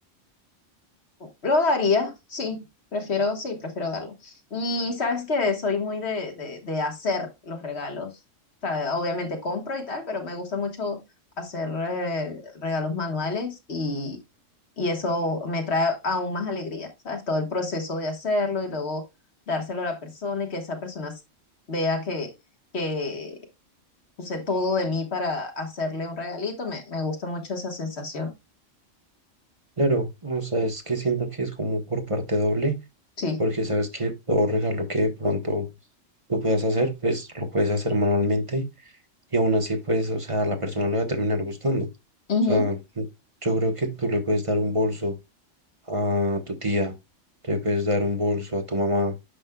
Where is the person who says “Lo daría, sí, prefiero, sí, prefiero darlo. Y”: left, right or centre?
Left